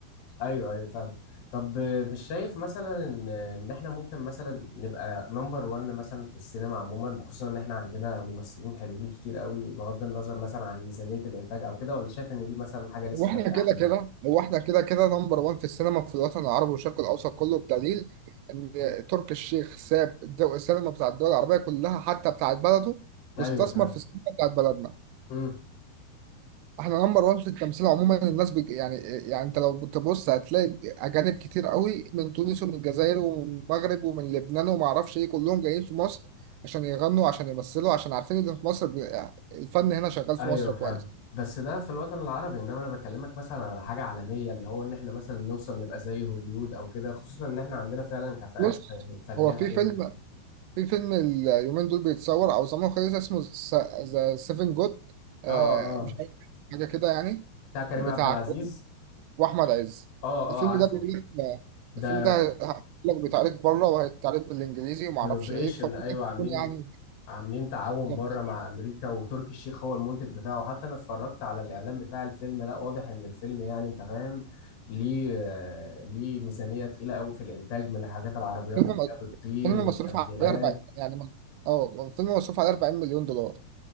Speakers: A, on the left (about 80°); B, on the right (about 85°).
A: ايوه ايوه فاهم طب آه، مش شايف مثلا ان ان احنا ممكن مثلا نبقى نمبر 1 مثلا في السينما عموما خصوصا ان احنا عندنا ممثلين حلوين كتير قوي بغض النظر مثلا عن ميزانيه الانتاج او كده ولا شايف ان دي مثلا حاجه لسه
B: هو احنا
A: بدري
B: كده
A: عليها
B: كده هو احنا كده كده نمبر 1 في السينما في الوطن العربي والشرق الاوسط كله بدليل ان تركي الشيخ ساب الدو- السينما بتاع الدول العربيه كلها حتى بتاعت بلده
A: ايوه
B: واستثمر
A: فاهم
B: في السينما بتاعت بلدنا
A: امم.
B: احنا نمبر 1 في التمثيل عموما الناس بج... يعني يعني انت لو بتبص هتلاقي اجانب كتير قوي من تونس ومن الجزائر ومن المغرب ومن لبنان وما اعرفش ايه كلهم جايين في مصر عشان يغنوا عشان يمثلوا عشان عارفين ان في مصر ب... الفن هنا شغال في
A: ايوه
B: مصر
A: فاهم
B: كويس
A: بس ده في الوطن العربي انما انا بكلمك مثلا على حاجه عالميه اللي هو ان احنا مثلا نوصل نبقى زي هوليود او كده خصوصا ان احنا عندنا فعلا كفاءات
B: بص
A: ف- فنيه
B: هو في
A: حلوه
B: فيلم
A: جدا
B: في فيلم اليومين دول بيتصور او زمان خالص اسمه ذا سيفن جود
A: اه اه
B: مش عارف حاجه كده يعني
A: بتاع كريم
B: بتاع
A: عبد العزيز
B: واحمد عز
A: اه اه
B: الفيلم
A: عارفه
B: ده بيقول لك
A: ده
B: الفيلم ده هيقول لك بيتعرض بره وهيتعرض بالانجليزي وما
A: كولابريشن
B: اعرفش ايه فممكن
A: ايوه عاملين
B: تكون يعني
A: عاملين تعاون
B: بالظبط
A: بره مع امريكا وتركي الشيخ هو المنتج بتاعه حتى انا اتفرجت على الاعلان بتاع الفيلم لا واضح ان الفيلم يعني انت فاهم ليه آه، ليه ميزانيه تقيله قوي في الانتاج من الحاجات العربيات
B: فيلم
A: اللي هي بتطير
B: فيلم
A: والتفجيرات
B: مصروف عليه 40 يعني ما- اه فيلم مصروف عليه 40 مليون دولار